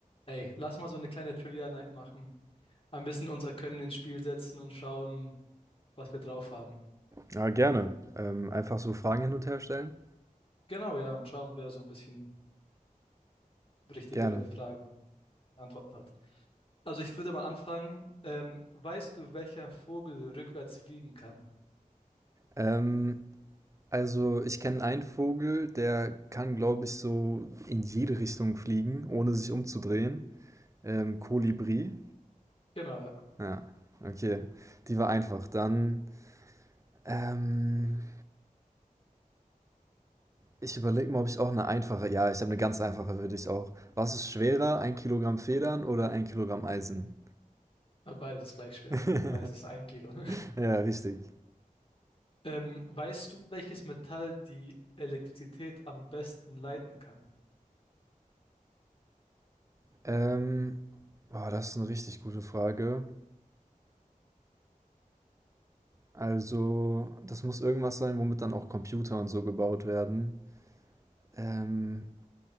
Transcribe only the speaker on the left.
Ey, lass mal so eine kleine Trivia-Night machen. Ein bisschen unser Können ins Spiel setzen und schauen, was wir drauf haben.
Genau, ja, und schauen, wer so ein bisschen richtigere
Fragen, Antworten hat. Also ich würde mal anfangen. Ähm, weißt du, welcher Vogel rückwärts fliegen kann?
Genau, ja.
Aber Beides ist gleich schwer.
Beides ist ein Kilo. <laughs>
Ähm, weißt du, welches Metall die Elektrizität am besten leiten kann?